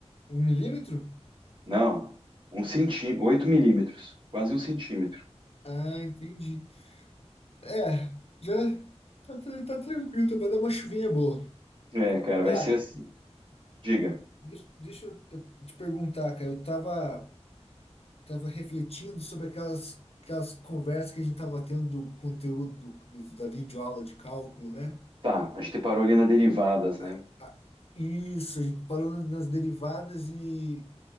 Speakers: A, on the left (about 60°); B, on the right (about 45°).
A: Um milímetro?
B: Não, um centímetro, oito milímetros, quase um centímetro.
A: Ah, entendi. É, já tá, tra- tá tranquilo, tá pra dar uma chuvinha boa.
B: É, cara,
A: Cara,
B: vai ser assim. Diga.
A: deixa, deixa eu eu te perguntar, cara. Eu tava tava refletindo sobre aquelas, aquelas conversas que a gente tava tendo do conteúdo do, do- da videoaula de cálculo, né?
B: Tá, a gente parou ali na derivadas, né?
A: A- a- Isso, a gente parou na- nas derivadas e